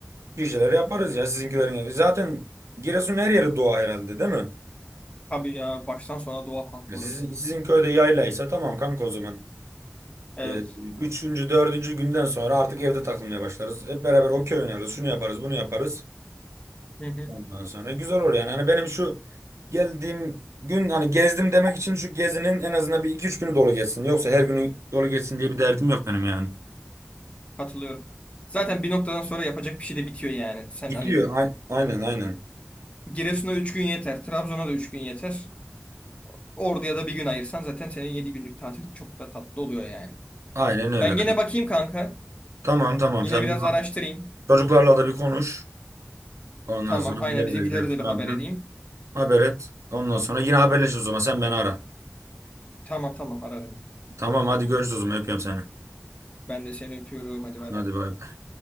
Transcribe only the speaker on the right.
Bir şeyler yaparız ya sizinkilerin evi. Zaten Giresun her yeri doğa herhalde değil mi?
Ya Sizin,
sizin köyde yaylaysa tamam kanka o zaman.
Ee, üçüncü, dördüncü günden sonra artık evde takılmaya başlarız. Hep beraber okey oynarız. Şunu yaparız, bunu yaparız.
Ondan sonra güzel olur yani. Hani benim şu geldiğim gün hani gezdim demek için şu gezinin en azından bir iki üç günü dolu geçsin. Yoksa her günü dolu geçsin diye bir derdim yok benim yani.
Gidiyor.
Ay- aynen aynen.
Aynen öyle.
Tamam tamam
sen
bir bak.
Çocuklarla da bir konuş. Ondan
sonra
nereye
gideriz
falan
filan.
Haber et. Ondan sonra yine haberleşiriz o zaman. Sen beni ara.
Tamam hadi görüşürüz o zaman. Öpüyorum seni.
Hadi
bay bay.